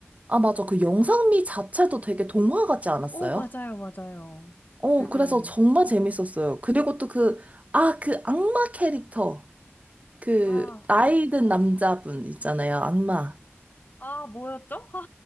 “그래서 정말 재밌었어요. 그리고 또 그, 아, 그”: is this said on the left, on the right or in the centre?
Right